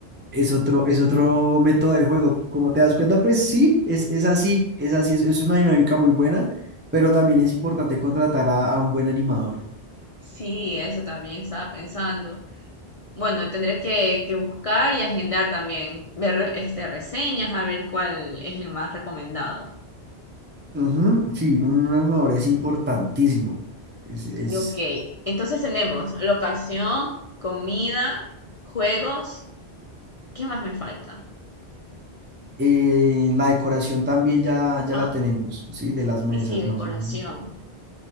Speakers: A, on the right (about 15°); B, on the left (about 45°).
A: es otro, es otro método de juego. Como te das cuenta, pues sí, es, es así, es así, es, es una dinámica muy buena, pero también es importante contratar a, a un buen animador.
B: Sí, eso también estaba pensando. Bueno, tendré que, que buscar y agendar también, ver re- este, reseñas, a ver cuál es el más recomendado.
A: Ujú, sí, un animador es importantísimo. Es, es,
B: Y ok, entonces tenemos locación, comida, juegos. ¿Qué más me falta?
A: eh, la decoración también ya, ya
B: Ah,
A: la tenemos, sí, de las mesas
B: sí, sí, decoración.
A: más o menos.